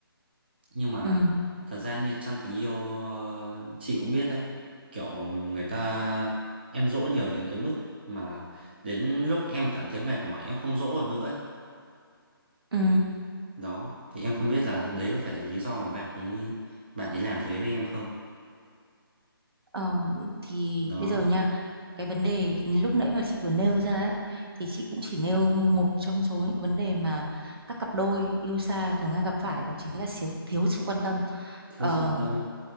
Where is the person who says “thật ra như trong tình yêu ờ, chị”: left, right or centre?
Right